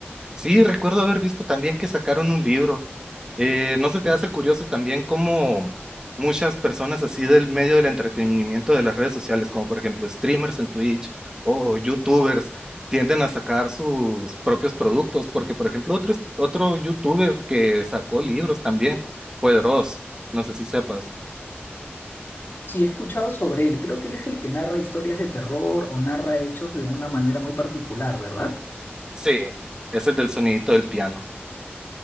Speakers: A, on the right (about 15°); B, on the left (about 55°).
A: Sí, recuerdo haber visto también que sacaron un libro. Eh, ¿no se te hace curioso también cómo muchas personas así del medio del entretenimiento de las redes sociales, como por ejemplo streamers en Twitch o youtubers, tienden a sacar sus propios productos? Porque por ejemplo otro, otro youtuber que sacó libros también fue Dross, no sé si sepas.
B: Sí, he escuchado sobre él. Creo que él es el que narra historias de terror o narra hechos de una manera muy particular, ¿verdad?
A: Sí, es el del sonidito del piano.